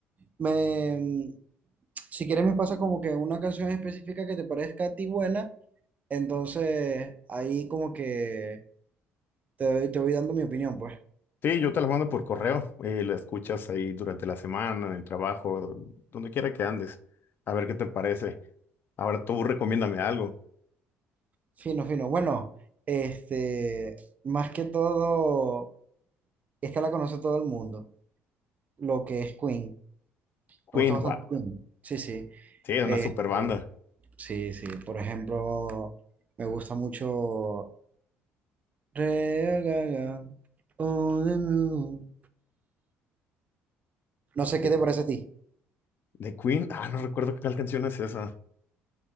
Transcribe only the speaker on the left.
Sí, yo te las mando por correo, eh, la escuchas ahí durante la semana, en el trabajo, donde quiera que andes, a ver qué te parece. Ahora tú recomiéndame algo.
Queen,
wow,
sí, es una
super banda.
De,
de Queen, ah, no recuerdo qué tal canción es esa.